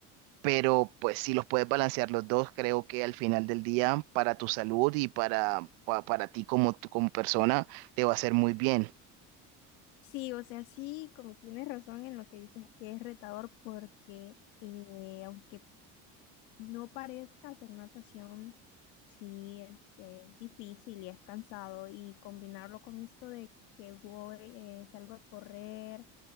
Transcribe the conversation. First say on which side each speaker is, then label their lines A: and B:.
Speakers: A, on the right (about 90°); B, on the left (about 85°).
A: pero pues si los puedes balancear los dos, creo que al final del día para tu salud y para, pa- para ti como, como persona te va a hacer muy bien.
B: Sí, o sea, sí, como tienes razón en lo que dices que es retador porque eh, aunque no parezca hacer natación, sí es, es difícil y es cansado y combinarlo con esto de que voy, eh, salgo a correr,